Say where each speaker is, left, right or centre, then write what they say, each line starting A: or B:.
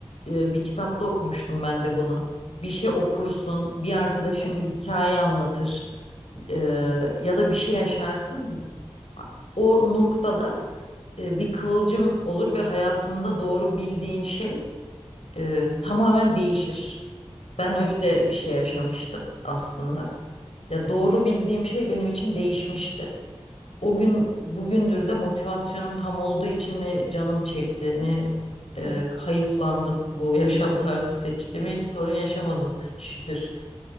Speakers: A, on the left (about 75°); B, on the left (about 55°).
A: e, bir kitapta okumuştum ben de bunu. Bir şey okursun, bir arkadaşın
B: evet,
A: bir hikaye anlatır e, ya da bir şey yaşarsın. O noktada e, bir kıvılcım olur ve hayatında doğru bildiğin şey e, tamamen değişir. Ben
B: evet,
A: öyle bir şey yaşamıştım aslında. Ya doğru bildiğim şey benim için değişmişti. O gün bugündür de motivasyonum tam olduğu için ne canım çekti ne e,
B: evet.
A: hayıflandım bu <laughs> yaşam tarzı seçtiğime hiç sorun yaşamadım şükür.